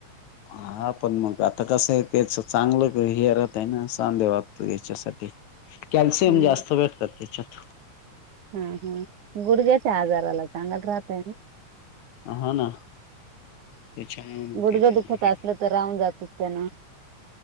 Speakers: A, on the left; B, on the right.
A: हा पण मग आता कसं आहे त्याच चांगलं हेरत आहे ना सांधे वागतो याच्यासाठी. कॅल्शियम
B: हम्म,
A: जास्त भेटतात त्याच्यात.
B: हा हा गुडग्याचे आजारला चांगल राहताय ना.
A: हा ना ते छान
B: गुडघे
A: हे.
B: दुखत असलं
A: <unintelligible>
B: तर राहून जातच त्यांना.